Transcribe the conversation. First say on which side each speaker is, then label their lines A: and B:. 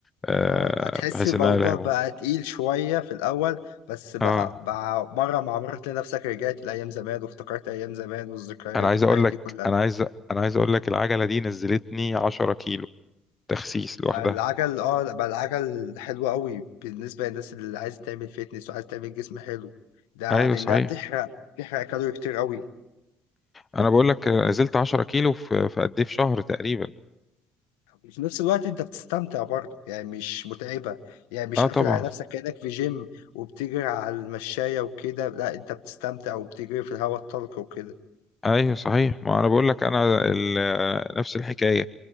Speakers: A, on the left; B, on the left.
A: آه،
B: اه هتحس
A: بحيث
B: الموضوع
A: ان انا ألهمهم
B: بقى تقيل شوية في الأول بس بقى,
A: اه
B: بقى مرة مع مرة تلاقي نفسك رجعت لأيام زمان وافتكرت أيام زمان والذكريات
A: انا عايز
B: والحاجات
A: اقول لك
B: دي كلها
A: انا عايز انا عايز اقول لك العجله دي نزلتني 10 كيلو تخسيس لوحدها
B: آه، العجل اه لا، بقى العجل حلو قوي بالنسبة للناس اللي عايزة تعمل فيتنس وعايزة تعمل جسم حلو ده
A: ايوه
B: لأنها
A: صحيح
B: بتحرق بتحرق كالوري كتير قوي
A: انا بقول لك نزلت 10 كيلو في في قد ايه في شهر تقريبا
B: وفي نفس الوقت انت بتستمتع برضه يعني مش متعبة يعني مش
A: اه
B: قافل
A: طبعا
B: على نفسك كأنك في جيم وبتجري على المشاية وكده لا انت بتستمتع وبتجري في الهواء الطلق وكده
A: ايوه صحيح ما انا بقول لك انا ال- نفس الحكايه